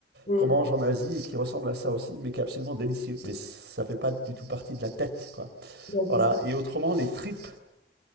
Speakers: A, on the left; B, on the right.
A: Mm.
B: qu'on mange en Asie et qui ressemble à ça aussi, mais qui est absolument délicieux. Mais ça fait pas du tout partie de la tête, quoi.
A: Bon, c'est
B: Voilà.
A: ça.
B: Et autrement, les tripes,